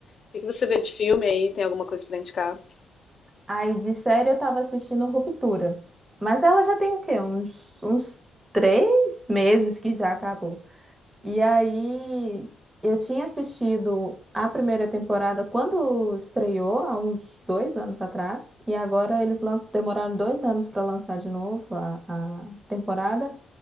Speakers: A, on the left; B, on the right.
A: O que que você vê de filme aí? Tem alguma coisa pra indicar?
B: Aí de série eu tava assistindo Ruptura. Mas ela já tem o quê? Uns, uns três meses que já acabou. E aí eu tinha assistido a primeira temporada quando estreou, há uns dois anos atrás. E agora eles lan- demoraram dois anos para lançar de novo a, a temporada.